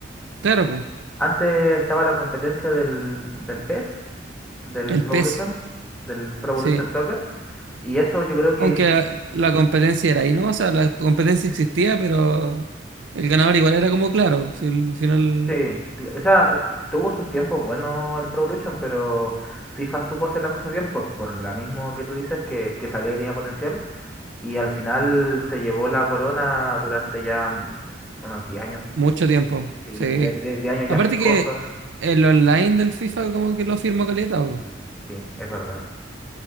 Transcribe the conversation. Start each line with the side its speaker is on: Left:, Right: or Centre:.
Right: Claro, pues.
Centre: Antes estaba la competencia del, del PES, del
Right: El
Centre: Pro
Right: peso.
Centre: Evolution, del Pro Evolution
Right: Sí.
Centre: Soccer, y eso yo creo que...
Right: Aunque
Centre: in-
Right: la, la competencia era ahí, ¿no? O sea, la competencia existía, pero el ganador igual era como claro, si al final
Centre: Sí, cl- o sea, eh, tuvo sus tiempos buenos el Pro Evolution, pero FIFA supo hacer las cosas bien por, por lo mismo que tú dices, que, que sabía que tenía potencial Y al final se llevó la corona durante ya mm, unos 10 años,
Right: mucho tiempo.
Centre: sí,
Right: Sí.
Centre: de, de- de años ya
Right: Aparte
Centre: fijos
Right: que
Centre: son,
Right: el online del FIFA como que lo firmó caleta, po,
Centre: sí, sí, es verdad.